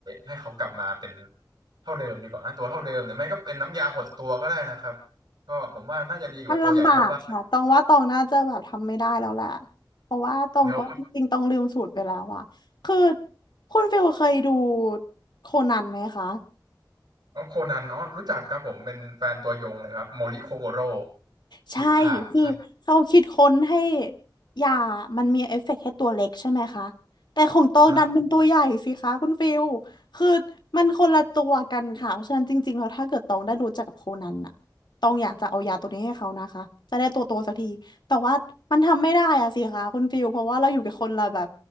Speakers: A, on the right; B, on the left.
A: ให้เขากลับมาเป็นเท่าเดิมดีกว่านะตัวเท่าเดิมหรือไม่ก็เป็นน้ำยาหดตัวก็ได้นะครับก็ผมว่าน่าจะดีกว่าตัวใหญ่เท่าบ้าน
B: มันลำบากค่ะตองว่าตองน่าจะแบบทำไม่ได้แล้วแหละ เพราะว่าตองก็จริงๆตองลืมสูตรไปแล้วอะคือ
A: เดี๋ยว
B: คุณฟิลเคยดูโคนันไหมคะ
A: อ๋อโคนันอ๋อรู้จักครับผมเป็นแฟนตัวยงเลยครับโมริโคโกโร่
B: ใช่คือเขาคิดค้นให้
A: นิทาใช่
B: ยามันมีเอฟเฟกต์ให้ตัวเล็กใช่ไหมคะแต่ของตองดันเป็นตัวใหญ่สิคะคุณฟิล
A: อ่า
B: คือมันคนละตัวกันค่ะเพราะฉะนั้นจริงๆแล้วถ้าเกิดตองได้รู้จักกับโคนันน่ะตองอยากจะเอายาตัวนี้ให้เขานะคะจะได้ตัวโตสักทีแต่ว่ามันทำไม่ได้อะสิคะคุณฟิลเพราะว่าเราอยู่กับคนละแบบ